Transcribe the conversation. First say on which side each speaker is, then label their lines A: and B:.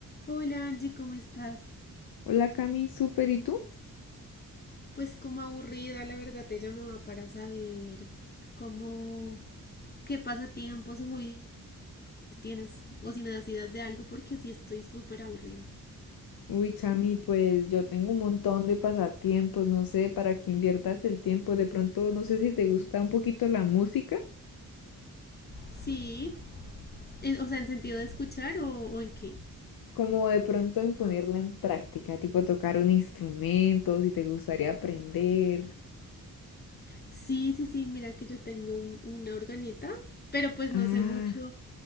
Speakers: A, on the left (about 30°); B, on the left (about 80°).
A: Hola Angie, ¿cómo estás?
B: Hola Cami, súper, ¿y tú?
A: Pues como aburrida, la verdad te llamaba para saber cómo, qué pasatiempos o hobbies tienes o si me das ideas de algo porque sí estoy súper aburrida.
B: Uy, Cami, pues yo tengo un montón de pasatiempos, no sé para qué inviertas el tiempo. De pronto, no sé si te gusta un poquito la música,
A: Sí, en- o sea, en sentido de escuchar o, o en qué.
B: como de pronto en ponerla en práctica, tipo tocar un instrumento, si te gustaría aprender.
A: Sí, sí, sí, mira que yo tengo un- una organeta, pero pues no
B: Ah.
A: sé mucho,